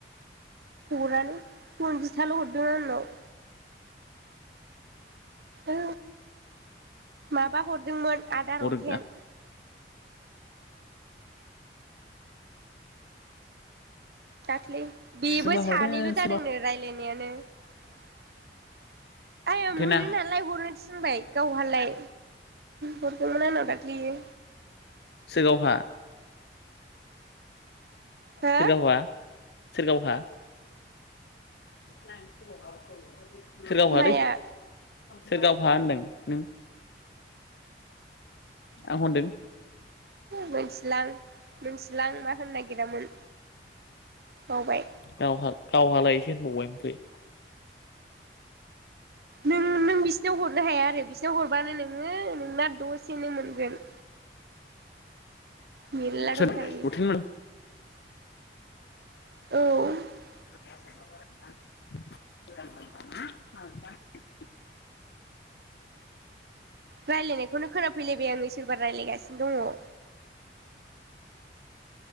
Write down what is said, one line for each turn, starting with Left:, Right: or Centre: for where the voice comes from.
Right: हरालै खनजिथाल' हरदों आंनाव। औ माबा हरदोंमोन। आदार
Left: हर
Right: रथेन दाख्लै बेबो
Left: सोरबा
Right: सानैल'
Left: हरदो
Right: जादोंनो
Left: सोरबा
Right: रायज्लायनाय नायानो। आइया
Left: हरथेना
Right: मोनो नालाय हरनो थिनबाय गावहालाय हरदोंमोन आंनाव बेयो।
Left: सोआवहा।
Right: हो
Left: सोर गाव हा। सोर गावहा। <unintelligible> सोर गावहालै।
Right: माया
Left: सोर गावहाहा होनदों नों आं हनदों?
Right: मिथिलां मिथि लांना होननो नागिरामोन बावबाय
Left: गावहा गावहालायसो होनबावबाय ओमफाइ
Right: नों नों बिसिनाव हरनो हाया आरो बिसोरनाव हरबानो नोङो नोंना दसेनो मोनगोन। मेला
Left: सोर
Right: दं खायो।
Left: लथेन मोन
Right: औ
Left: <inaudible>
Right: रायज्लायनायखौनो गोनां फैलायबाय आं सोरबा रायलाय गासिनो दं।